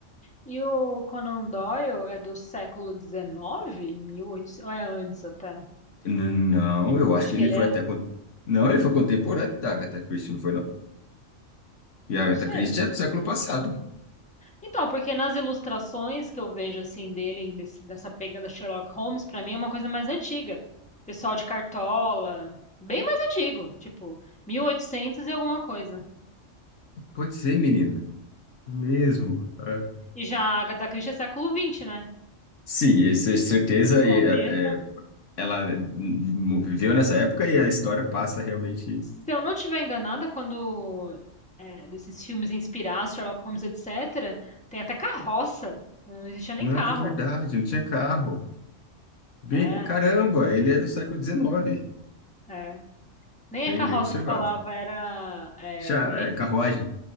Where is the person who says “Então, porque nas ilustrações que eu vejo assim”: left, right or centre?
Centre